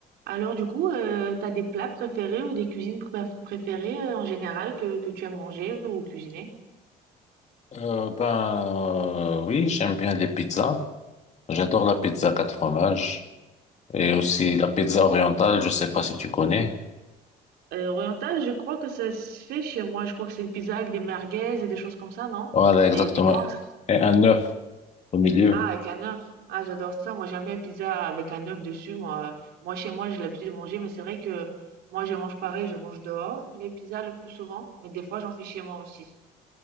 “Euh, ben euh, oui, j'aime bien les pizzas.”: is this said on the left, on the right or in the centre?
Left